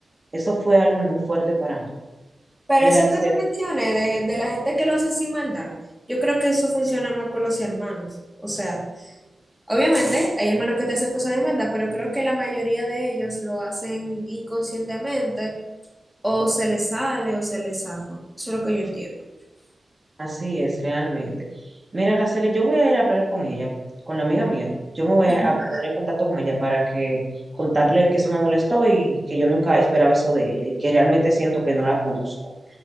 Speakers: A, on the right; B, in the centre.
A: eso fue algo muy fuerte para mí.
B: Pero
A: Mira,
B: eso
A: Araceli,
B: que te mencioné de, de la gente que lo hace sin maldad, yo creo que eso funciona más con los hermanos. O sea, obviamente hay hermanos que te hacen cosas de maldad, pero creo que la mayoría de ellos lo hacen inconscientemente o se les sale o se les zafa. Eso es lo que yo entiendo.
A: así es realmente. Mira, Araceli, yo voy a ir a hablar con ella, con la amiga mía. Yo me voy
B: Ujú.
A: a poner en contacto con ella para que contarle que eso me molestó y que yo nunca esperaba eso de ella y que realmente siento que no la conozco.